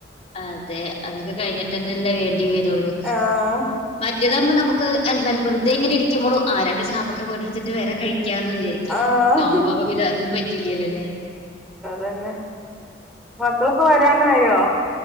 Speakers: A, on the left; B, in the centre.
A: അതെ അതൊക്കെ കഴിഞ്ഞിട്ട്ന്നെല്ലേ വേണ്ടി വരുള്ളൂ
B: ആഹ്
A: മ മറ്റേതാക്മ്പോ നമുക്ക് അൽ വെൽ വെറുതെങ്ങനെ ഇരിക്കുമ്പളും ആ രണ്ട് ചാമ്പക്ക പോയി എടുത്തിട്ട് വരെ കഴി ത്യാഗം വിചാരിക്കും
B: ആഹ്
A: നോമ്പാവുമ്പം പിന്നെ അതും പറ്റില്ലല്ലല്ലേ
B: തന്നെ മക്കളൊക്കെ വരാനായോ